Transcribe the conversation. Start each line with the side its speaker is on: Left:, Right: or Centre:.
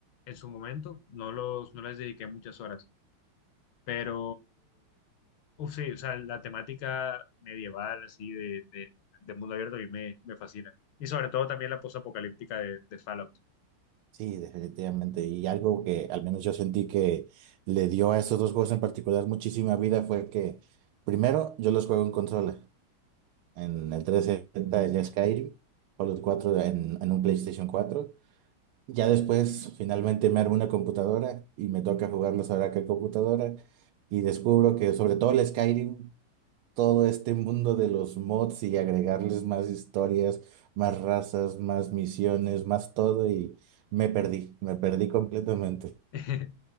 Left: en su momento, no los, no les dediqué muchas horas Pero, uf, sí, o sea, la temática medieval, así, de, de- de mundo abierto, a mí me, me fascina. Y sobre todo también la posapocalíptica de, de Fallout.
Right: Sí, definitivamente. Y algo que al menos yo sentí que le dio a esos dos juegos en particular muchísima vida fue que, primero, yo los juego en consola, en el 360 de Skyrim, Fallout 4 de- en, en un PlayStation cuatro Ya después, finalmente, me armo una computadora y me toca jugarlos ahora que computadora. Y descubro que, sobre todo el Skyrim, todo este mundo de los mods y agregarles más historias, más razas, más misiones, más todo y me perdí, me perdí completamente.
Left: <laughs>